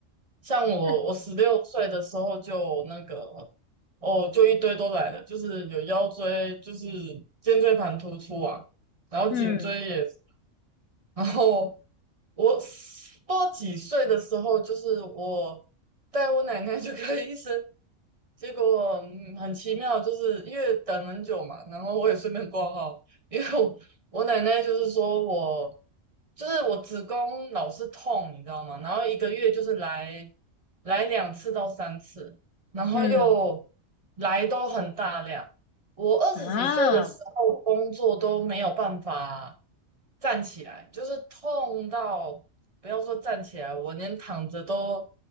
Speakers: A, on the right; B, on the left.
A: 像我，
B: 那
A: 我十六岁的时候就那个哦，就一堆都来了，就是有腰椎，就是肩椎盘突出啊，然后颈椎也是
B: 嗯
A: 然后我不知道几岁的时候，就是我带我奶奶去看医生，结果嗯很奇妙，就是因为等很久嘛，然后我也顺便挂号，因为我我奶奶就是说我就是我子宫老是痛，你知道吗？然后一个月就是来来两次到三次，然后又
B: 嗯
A: 来都很大量。我二十几岁的时候工作都没有办法。
B: 啊，
A: 站起来，就是痛到不要说站起来，我连躺着都